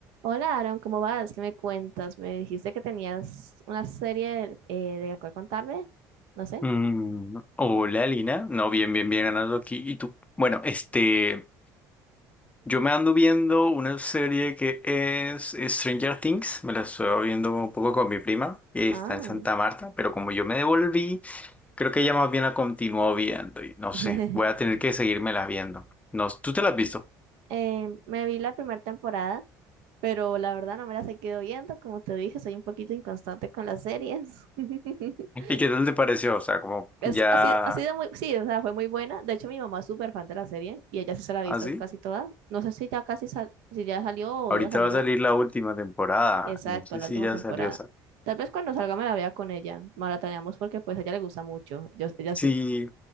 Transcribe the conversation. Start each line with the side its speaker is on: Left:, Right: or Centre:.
Right: Hola Aaron, ¿cómo vas? ¿Qué me cuentas? Me dijiste que tenías una serie eh, de la cual contarme. No sé.
Left: Mm, hola Lina, no, bien, bien, bien ganando aquí. ¿Y tú? Bueno, este, yo me ando viendo una serie que es Stranger Things, me la estoy viendo un poco con mi prima, que
Right: Ah.
Left: está en Santa Marta, pero como yo me devolví, creo que ella más bien la continuó viendo y no
Right: <laughs>
Left: sé, voy a tener que seguírmela viendo. No, ¿tú te la has visto?
Right: Eh, me vi la primera temporada, pero la verdad no me la he seguido viendo. Como te dije, soy un poquito inconstante con las series. <laughs>
Left: ¿Y qué tal te pareció? O sea, como
Right: Es
Left: ya
Right: así, así de muy, sí, o sea, fue muy buena. De hecho, mi mamá es súper fan de la serie y ella sí se la ha visto
Left: así.
Right: casi toda. No sé si ya casi sal- si ya salió o
Left: Ahorita
Right: iba a salir
Left: va a salir
Right: una-
Left: la última temporada,
Right: exacto,
Left: no sé
Right: la
Left: si
Right: última
Left: ya
Right: temporada.
Left: salió esa.
Right: Tal vez cuando salga me la vea con ella. Maratoneamos porque pues a ella le gusta mucho. Yo, ella
Left: Sí.
Right: sí.